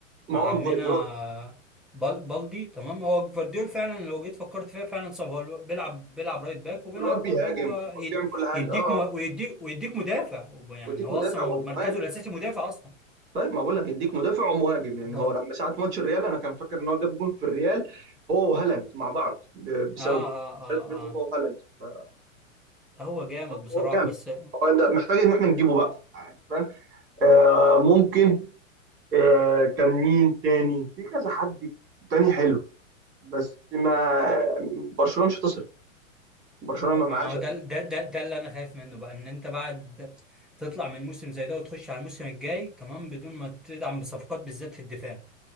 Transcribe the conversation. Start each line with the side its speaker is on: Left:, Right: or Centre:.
Right: ما
Centre: مع
Right: هو
Centre: عمنا
Right: جوارديولا
Centre: بال بالدي تمام هو فارديول فعلا لو جيت فكرت فيها فعلا صعب هو بيلعب بيلعب رايت باك وبيلعب
Right: الواد بيهاجم
Centre: برضه
Right: الواد
Centre: يد-
Right: بيعمل كل حاجه
Centre: يديك
Right: اه آه.
Centre: مه- ويديك ويديك مدافع يعني
Right: ويديك
Centre: هو
Right: مدافع
Centre: اصلا
Right: ومهاجم
Centre: مركزه الاساسي مدافع اصلا
Right: طيب ما بقول لك يديك مدافع ومهاجم يعني
Centre: هو
Right: هو لما ساعه ماتش الريال انا كان فاكر ان هو جاب جون في الريال هو وهالاند مع بعض ب- بسبب
Centre: اه
Right: الفرق
Centre: اه اه
Right: بينه
Centre: اه
Right: هو وهالاند فهو
Centre: هو جامد بصراحه
Right: هو جامد
Centre: بس
Right: هو ده محتاج ان احنا نجيبه بقى يعني فاهم آه ممكن آه كان مين تاني في كذا حد تاني حلو بس ما برشلونه مش هتصرف برشلونه
Centre: ب-
Right: ما معاش
Centre: ما هو ده ده ده, ده اللي انا خايف منه بقى ان انت بعد تطلع من موسم زي ده وتخش على الموسم الجاي تمام بدون ما تدعم بصفقات بالذات في الدفاع